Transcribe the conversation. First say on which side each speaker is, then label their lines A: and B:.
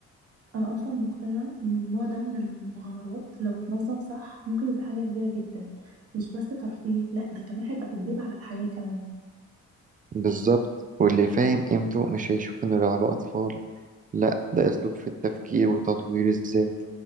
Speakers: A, on the right; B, on the right.
A: أنا أصلا مقتنعة إن النوع ده من المغامرات لو اتنظم صح ممكن يبقى حاجة كبيرة جدا مش بس ترفيه لأ ده كمان هيبقى تدريب على الحياة كمان
B: بالظبط واللي فاهم قيمته مش هيشوف إنه لعبة أطفال لأ ده أسلوب في التفكير وتطوير الذات